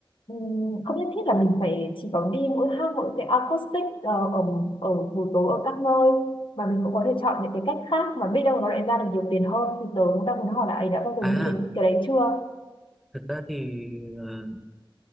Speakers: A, on the left; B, in the centre.
A: Ừm, không nhất thiết là mình phải chỉ có đi mỗi hát mỗi cái acoustic ờ, ở ở buổi tối ở các nơi mà mình cũng có thể chọn những cái cách khác mà biết đâu nó lại ra được nhiều tiền hơn thì tớ cũng đang muốn hỏi là ấy đã bao giờ
B: à
A: nghĩ đến cái đấy chưa
B: thật ra thì ờ,